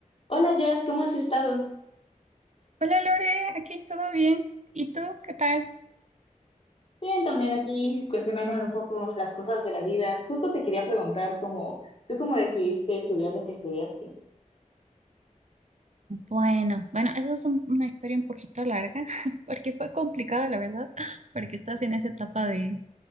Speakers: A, on the left; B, on the right.
A: Hola Jess, ¿cómo has estado?
B: Hola Lore, aquí todo bien. ¿Y tú qué tal?
A: Bien, también aquí cuestionándome un poco las cosas de la vida. Justo te quería preguntar cómo, ¿tú cómo decidiste estudiar lo que estudiaste?
B: Bueno, bueno, eso es un- una historia un poquito larga, <laughs> porque fue complicado, la verdad, porque estás en esa etapa de,